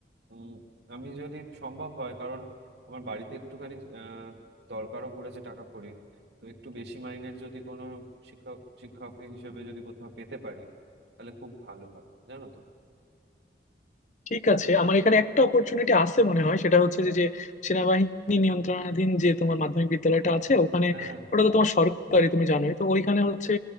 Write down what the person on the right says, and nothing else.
উম, আমি যদি সম্ভব হয় কারণ আমার বাড়িতে একটুখানি আহ, দরকারও পড়েছে টাকা কড়ি তো একটু বেশি মাইনের যদি কোনো শিক্ষক শিক্ষক হিসেবে যদি কোথাও পেতে পারি তাহলে খুব ভালো হয় জানো তো
হ্যাঁ